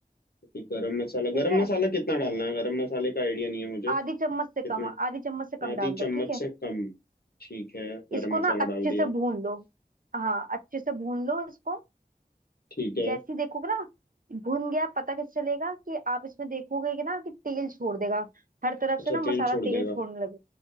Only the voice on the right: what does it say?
ठीक
है
आधी चम्मच
से कम आधी चम्मच से कम
डाल दो
ठीक है
इसको
ना अच्छे
से भून लो हाँ अच्छे से भून लो इसको
जैसे ही देखोगे ना भुन गया पता कैसे चलेगा कि आप इसमें देखोगे कि ना कि तेल छोड़ देगा हर तरफ
से ना मसाला
तेल
छोड़ने लगे